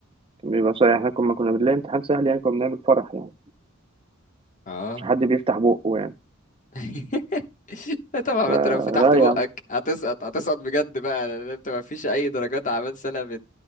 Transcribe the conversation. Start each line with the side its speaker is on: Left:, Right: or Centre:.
Right: كان بيبقى صعب احنا كنا كنا بنلاقي امتحان سهل يعني كنا بنعمل فرح يعني
Left: اه
Right: مش حد بيفتح بقه يعني
Left: <laughs> طبعا
Right: فلا
Left: ما انت لو فتحت بقك
Right: يا عم
Left: هتسقط هتسقط بجد بقى لان انت ما فيش اي درجات اعمال سنه بت...